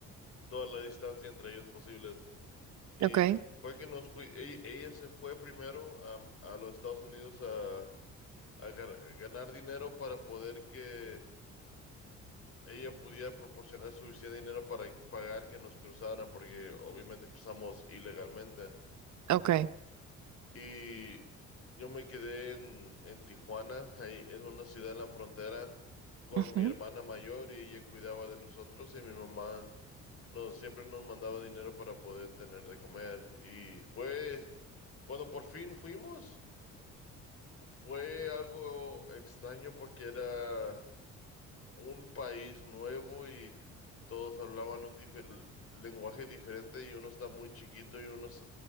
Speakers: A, on the left (about 50°); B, on the right (about 70°).
A: toda la distancia entre ellos posibles. Y
B: okay,
A: fue que nos fui, e- ella se fue primero a, a los Estados Unidos a, a gar- a ganar dinero para poder que ella pudiera proporcionar suficiente dinero para pagar que nos cruzaran, porque obviamente cruzamos ilegalmente.
B: okay.
A: Y yo me quedé en, en Tijuana, ahí en una ciudad en la frontera, con
B: Ujú,
A: mi hermana mayor y ella cuidaba de nosotros y mi mamá nos, siempre nos mandaba dinero para poder tener de comer. Y fue cuando por fin fuimos, fue algo extraño porque era... un país nuevo y todos hablaban un dife- lenguaje diferente y uno está muy chiquito y uno... es-